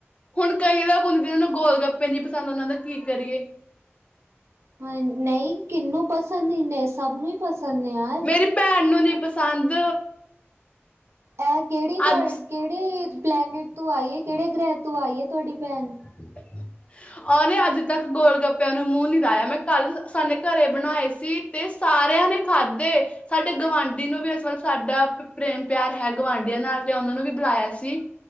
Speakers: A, on the left (about 30°); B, on the right (about 75°).
A: ਹੁਣ ਕਈ ਲੋਕ ਹੁਣ ਜੀਨੂੰ ਗੋਲਗੱਪੇ ਨੀ ਪਸੰਦ ਓਨਾ ਦਾ ਕੀ ਕਰੀਏ।
B: ਹ ਨਈ ਕੀਨੂੰ ਪਸੰਦ ਨਈ ਦੇ ਸਭ ਨੂੰ ਹੀ ਪਸੰਦ ਨੇ ਯਾਰ।
A: ਮੇਰੀ ਭੈਣ ਨੂੰ ਨੀ ਪਸੰਦ।
B: ਐ ਕੇੜੀ ਤੁ
A: ਅੱਜ
B: ਕੇੜੇ ਪਲੈਨਿਟ ਤੋਂ ਆਈ ਹੈ ਕੇਹੜੇ ਗ੍ਰਹਿ ਤੋਂ ਆਈ ਹੈ ਤੁਹਾਡੀ ਭੈਣ?
A: <inaudible> ਓਨੇ ਅੱਜਤੱਕ ਗੋਲ ਗੱਪਿਆਂ ਨੂੰ ਮੂੰਹ ਨੀ ਲਾਇਆ ਮੈਂ ਕੱਲ ਸਾਨੇ ਘਰੇ ਬਣਾਏ ਸੀ। ਤੇ ਸਾਰਿਆਂ ਨੇ ਖਾਧੇ ਸਾਡੇ ਗਵਾਂਢੀ ਨੂੰ ਵੀ ਅਂ ਮਤਲਬ ਸਾਡਾ ਪ੍ਰੇਮ ਪਿਆਰ ਹੈ ਗੁਵਾਂਢੀਆਂ ਨਾਲ ਤੇ ਓਨਾਂ ਨੂੰ ਵੀ ਬੁਲਾਇਆ ਸੀ